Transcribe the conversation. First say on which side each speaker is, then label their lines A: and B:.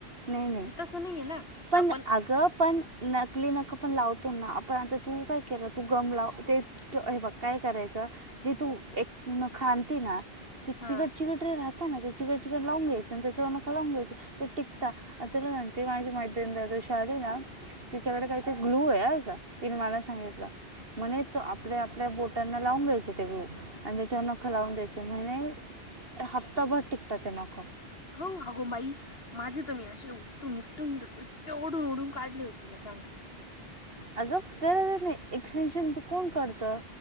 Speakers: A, on the right; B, on the left.
A: नाही नाही
B: म्हणजे तसं नाहीये ना
A: पण
B: आपण
A: अगं पण नकली नक पण लावतो ना आपण आता तू काय केलं तू गम लाव ते हे बघ काय करायचं? जे तू एक नख आणती ना. ते
B: हा
A: चिकट चिकट रे राहता ना ते चिकट चिकट लावून घ्यायचं आणि त्याच्यावर नख लावून घ्यायचे ते टिक तुला ते माझी मैत्रीण त्यादिवशी आले ना तिच्याकडे काहीतर ग्लू आहे माहिती आहे का? तिने मला सांगितलं? म्हणे आपल्या आपल्या बोटांना लावून घ्यायचे ते ग्लु आणि त्याच्या नखं लावून द्यायचे म्हणे? हप्ताभर टिकतात नख.
B: हो अगो बाई माझे तर मी असेऊ. तुम तुम ते ओडून ओडून काढले होते <unintelligible>
A: अगं करर ना ते, एक्सटेनशन चकून करतं?